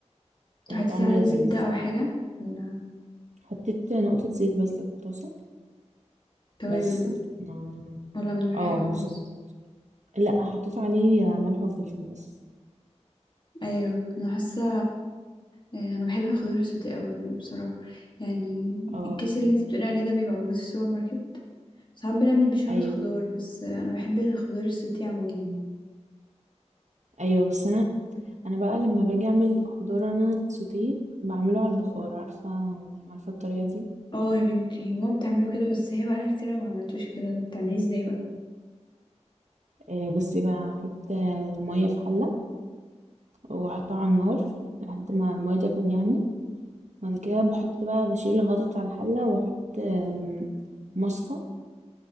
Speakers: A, on the right; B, on the left.
A: كان
B: حطيتي
A: طعمه
B: عليه
A: لذيذ
B: زبدة او حاجة ولا
A: حطيت نقطه زيت بس في الطاسه
B: توابل
A: بس
B: بقى
A: ما
B: ولا من غير
A: اه
B: حاجة خالص
A: بالظبط لا حطيت عليه ملح وفلفل بس
B: ايوه انا حاسة إيه، انا بحب الخضار السوتيه قوي برضه بصراحة يعني
A: اه
B: الكيس اللي انتي بتقولي عليه ده بيبقى موجود في السوبر ماركت ساعات بنعمل بيه شوربة
A: ايوه
B: خضار بس آه، انا بحب الخضار السوتيه عموما
A: ايوه بس انا انا بقى لما باجي اعمل خضار انا سوتيه بعمله على البخار عارفه عارفه الطريقه دي
B: اه يا بنتي ماما بتعمله كده بس هي بقالها كتير أوي ما عملتوش كده بتعمليه ازاي بقى
A: آه، بصي بقى احط آه، ميه في حله واحطها على النار لحد ما الميه تغلي يعني بعد كده بحط بقى بشيل الغطا بتاع الحله واحط آم، مصفى